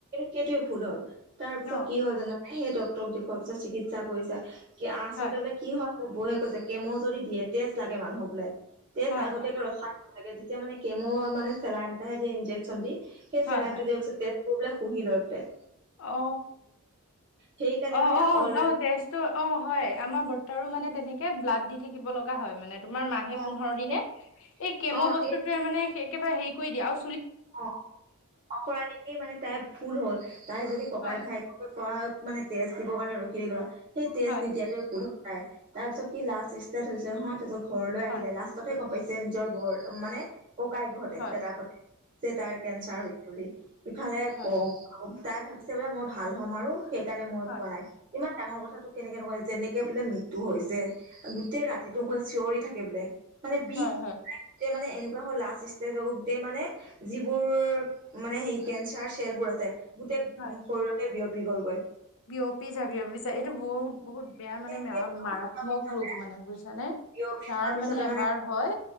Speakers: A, on the right; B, on the left.
A: সেইটোৱে ভুল হ'ল। তাৰ পিছত
B: অ',
A: কি হ'ল জানানে? সেই ডক্তৰক দেখুওৱাৰ পিছত চিকিৎসা কৰিছে কি আচলতে
B: হয়,
A: বোলে কি হয়, মোৰ বৌৱে কৈছে কেমো যদি দিয়ে, তেজ লাগে মানুহক বোলে। তেজ
B: হয়,
A: আগতীয়াকে
B: হয়,
A: ৰখাই থব লাগে, যেতিয়া মানে কেমোৰ মানে চেলাইন এটাহে দিয়ে, ইনজেকশ্যন দি। সেই
B: হয়,
A: চেলাইনটো
B: হয়, হয়,
A: দিয়াৰ পিছত তেজবোৰ বোলে শুহি লয় বোলে।
B: অ,
A: সেইকাৰণে
B: অ-অ-অ
A: মানে অল
B: তেজটো, অ হয়। আমাৰ বৰ্তাৰো মানে তেনেকে ব্লাড দি দি থাকিব লগা হয় মানে তোমাৰ মাহে
A: অ
B: পোন্ধৰ দিনে।
A: সেই
B: এই কেম'
A: অ
B: বস্তুটোৱে
A: সেই
B: মানে একেবাৰ হেৰি কৰি দিয়ে আও
A: অ অখৰা দেখিয়েই মানে তাই ভুল হ'ল, তাই যদি ককাই
B: হয়
A: -ভাইক মানে তেজ দিবৰ কাৰণে ৰখি থাকিলো হয়, সেই তেজ
B: হয়
A: নিদিয়াতোয়ে ভুল হল। তাৰ পিছত কি লাষ্ট ষ্টেৰ্ট হৈছে নহয় তাৰ পিছত ঘৰলৈ
B: হয়
A: আহিলে লাষ্টতহে গম পাইছে নিজৰ বৰ মানে ককাইক ঘতে
B: হয়
A: দেতাক ঘতে যে তাইৰ কেঞ্চাৰ হয় বুলি ইফালে
B: হয়
A: ক তাই ভাবিছে বোলে মই ভাল হ'ম আৰু সেইকাৰণে মই
B: হয়
A: পোৱা নাই। ইমান ডাঙৰ কথাটো কেনেকে নকয় যেনেকে বোলে মৃত্যু হৈছে গোটেই ৰাতিটো ক চিঞৰি থাকে বোলে। মানে বিষ
B: হয় হয়
A: নাই, গোটেই মানে এনেকুৱা হ'ল লাষ্ট ষ্টেজ, আক গোটেই মানে যিবোৰ মানে সেই কেঞ্চাৰ চেলবোৰ আছে, গোটেই
B: হয়
A: শৰীৰতে বিয়প- পি গ'ল গৈ।
B: বিয়পি যাবিয় পিছে এইটো বহুত বহুত বেয়া মানে মাৰাত
A: সেই বিয়পি
B: মাৰাত্মক
A: যোৱাৰ পিছতে
B: ৰূপ মানে বুজিছানে।
A: বিয়পি
B: ছাৰ
A: যোৱাৰ পিছতে
B: মানে এবাৰ হয়